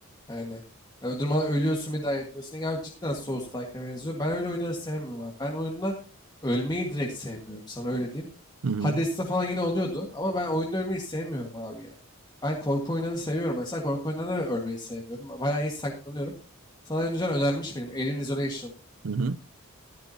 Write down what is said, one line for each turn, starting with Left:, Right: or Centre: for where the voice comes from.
Left: Yani yani öldürmen ölüyorsun bir daha yapıyorsun. Yani cidden Souls-like'a benziyor. Ben öyle oyunları sevmiyorum abi. Ben oyunda ölmeyi direkt sevmiyorum. Sana öyle diyeyim.
Right: Hı hı.
Left: Hades'te falan yine oluyordu. Ama ben oyunda ölmeyi sevmiyorum abi ya. Ben korku oyunlarını seviyorum. Mesela korku oyunlarında ölmeyi sevmiyorum. Bayağı iyi saklanıyorum. Sana önceden önermiş miydim? Alien Isolation.
Right: Hı hı.